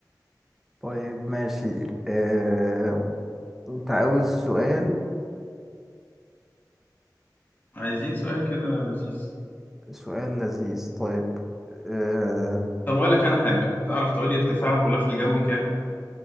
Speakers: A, in the centre; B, on the left (about 25°).
A: طيب ماشي آه، انت عاوز سؤال
B: <laughs> عايزين سؤال كده لذيذ
A: سؤال لذيذ طيب آه،
B: طب اقول لك انا حاجه تعرف تقول لي ارتفاع الغلاف الجوي كام